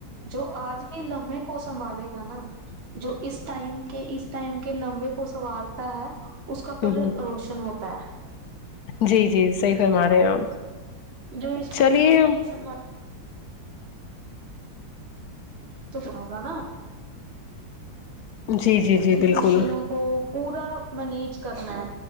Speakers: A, on the right (about 45°); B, on the left (about 65°).
A: جو آج کے لمحے کو سنبھالے گا نا جو اس ٹائم کے اس ٹائم کے لمبے کو سوارتا ہے اس کا پل
B: ہ
A: روشن ہوتا ہے
B: جی جی صحیح فرما رہے ہیں آپ
A: جو اس پل
B: چلیے
A: کو نہیں سنبھال تو سنو گا نا
B: جی جی جی
A: کی
B: بالکل
A: خوشیوں کو پورا مینج کرنا ہے